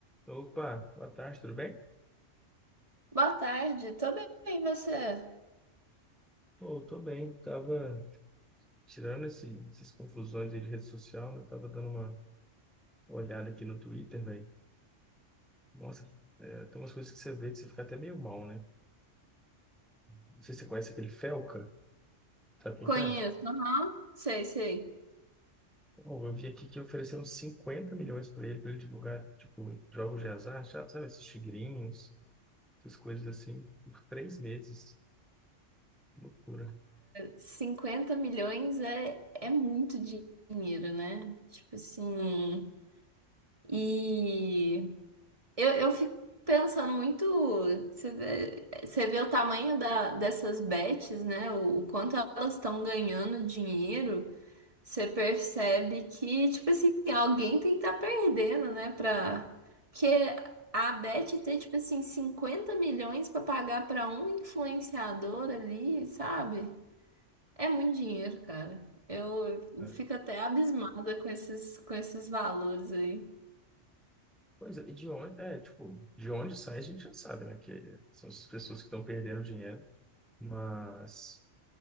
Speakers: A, in the centre; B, on the right.
A: Opa, boa tarde, tudo bem?
B: Boa tarde, tô bem, e você?
A: Pô, tô bem, tava tirando esse, essas confusões aí de rede social, né? Tava dando uma olhada aqui no Twitter, velho. Nossa, é, tem umas coisas que você vê que você fica até meio mal, né? Não sei se você conhece aquele Felca, sabe quem
B: Conheço,
A: que é?
B: aham, Sei, sei.
A: Pô, eu vi aqui que ofereceram 50 milhões pra ele, pra ele divulgar, tipo, jogos de azar, já- sabe, esses tigrinhos, essas coisas assim, por três meses. Loucura.
B: 50 milhões é, é muito dinheiro, né? Tipo assim. E eu, eu fico pensando muito. Você vê, você vê o tamanho da, dessas bets, né? O, o quanto elas estão ganhando dinheiro. Você percebe que, tipo assim, alguém tem que estar perdendo, né? Pra... Porque a Beth ter, tipo assim, 50 milhões pra pagar pra um influenciador ali, sabe? É muito dinheiro, cara. Eu eu
A: né?
B: fico até abismada com esses, com esses valores aí.
A: Pois é, e de onde, é, tipo, de onde sai a gente já sabe, né? Que são essas pessoas que estão perdendo dinheiro Mas